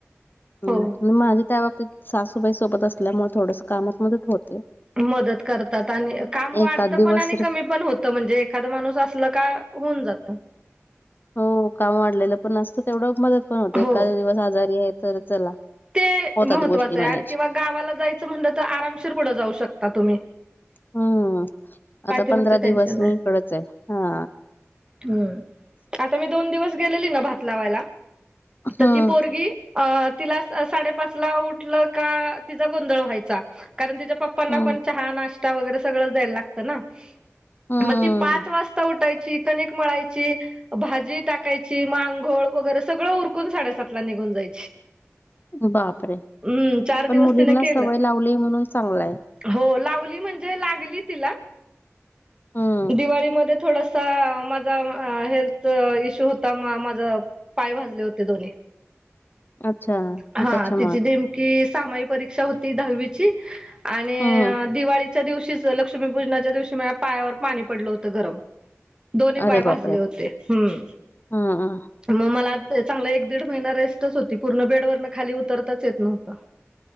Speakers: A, on the left; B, on the right.
A: हम्,
B: हो
A: माझ्या त्या बाबतीत सासूबाई सोबत असल्यामुळे थोडस कामात मध्येत होते.
B: मदत करतात आणि काम वाढतं
A: एखाद दिवस
B: पण आणि
A: र
B: कमी पण होतं म्हणजे एखादा माणूस असला का. होऊन जातं.
A: हो काम वाढलेलं पण नसतं तेवढं मदत पण होते.
B: हो
A: एखाद दिवस आजारी आहे. तर चला
B: ते
A: होतात
B: महत्त्वाचं
A: गोष्टी
B: आहे
A: मॅनेज.
B: आणि किंवा गावाला जायचं म्हणलं तर आरामशीर पुढं जाऊ शकता तुम्ही.
A: हम्म,
B: पाठीमागचं
A: आता पंधरा
B: टेन्शन
A: दिवस
B: नाही
A: मी इकडच आहे हा,
B: हम्म, आता मी दोन दिवस गेलेली ना भात लावायला
A: हं,
B: तर ती पोरगी. अ तिला साडेपाच ला उठलं का तिचा गोंधळ व्हायचा. कारण तिच्या पप्पांना
A: हं,
B: पण चहा नाश्ता वगैरे सगळंच द्यायला लागतं ना.
A: हं.
B: मग ती पाच वाजता उठायची कणिक मळायची. भाजी टाकायची मांघोळ वगैरे सगळं उरकून साडेसातला निघून जायची.
A: बापरे
B: हम्म चार
A: पण
B: दिवस
A: मुलींना
B: तिन केलं
A: सवय लावलीय म्हणून चांगलाय हाय.
B: हो लावली म्हणजे लागली तिला
A: हं,
B: दिवाळीमध्ये थोडस. अस माझा हेल्थ इश्यू होता म माझ पाय भाजले होते दोन्ही.
A: अच्छा.
B: हा,
A: मग त्याच्यामुळे.
B: तिची नेमकी सामावी परीक्षा होती दहावीची. आणि
A: हं,
B: दिवाळीच्या दिवशीच लक्ष्मीपूजनाच्या दिवशी म पायावर पाणी पडलं होतं गरम. दोन्ही
A: अरे
B: पाय भाजले
A: बापरे!
B: होते हम्म,
A: हं, हं.
B: मग मला चांगला एक दीड महिना रेस्टच होती पूर्ण बेड. बेडवर न खाली उतरताच येत नव्हं.